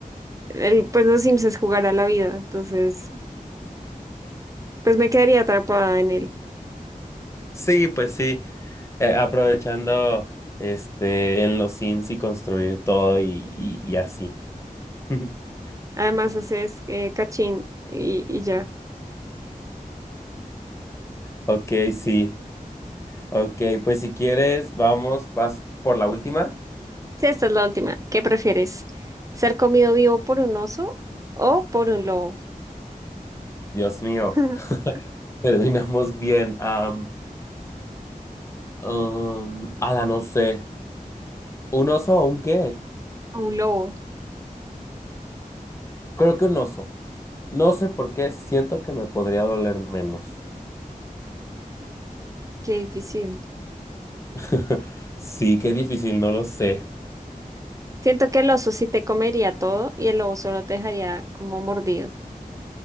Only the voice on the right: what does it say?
el, pues los Sims es jugar a la vida. Entonces, pues me quedaría atrapada en él.
Además, haces eh, cachín y, y ya.
Sí, esta es la última. ¿Qué prefieres? ¿Ser comido vivo por un oso o por un lobo?
<laughs>
A un lobo.
Qué difícil.
Siento que el oso sí te comería todo y el lobo solo te dejaría como mordido.